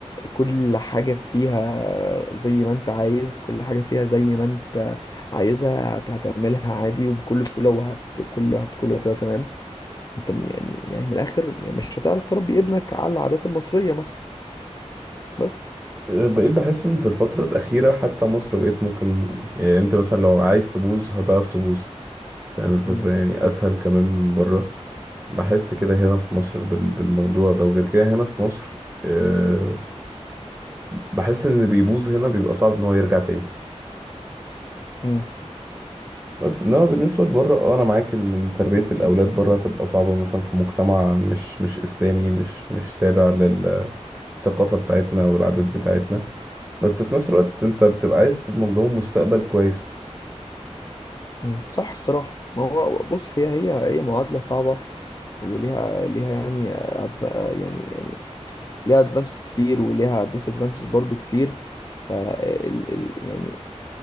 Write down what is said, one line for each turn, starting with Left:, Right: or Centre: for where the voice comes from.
Left: كل حاجه فيها زي ما انت عايز كل حاجه فيها زي ما انت عايزها هت- هتعملها عادي وبكل سهوله وهت كل هت كله هتبقى تمام انت م- يعني يعني من الاخر يعني مش هتعرف تربي ابنك على العادات المصريه مثلا بس
Right: أه، بقيت بحس ان في الفترة الاخيرة حتى مصر بقيت ممكن يعني انت مثلا لو عايز تبوظ هتعرف تبوظ فاهم الفكرة
Left: امم
Right: يعني اسهل كمان من بره بحس كده هنا في مصر بال- بالموضوع ده وغير كده هنا في مصر أه، بحس ان اللي بيبوظ هنا بيبقى صعب ان هو يرجع تاني
Left: امم
Right: بس انما بالنسبه لبره اه انا معاك ان تربيه الاولاد بره هتبقى صعبه مثلا في مجتمع مش مش اسلامي مش مش تابع للثقافه بتاعتنا والعادات بتاعتنا بس في نفس الوقت انت بتبقى عايز تضمن لهم مستقبل كويس
Left: امم صح الصراحه ما هو بص هي هي هي معادله صعبه وليها ليها يعني أدف... يعني يعني ليها ادفانتجز كتير وليها ديس ادفانتجز برضو كتير ف ال... ال... يعني